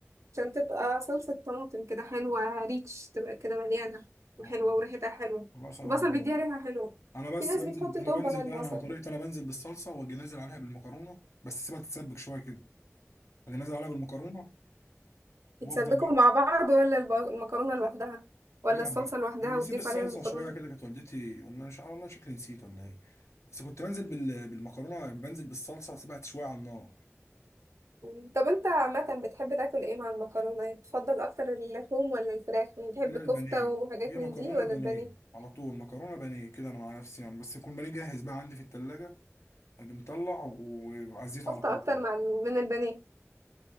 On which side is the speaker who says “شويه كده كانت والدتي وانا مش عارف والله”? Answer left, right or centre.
Left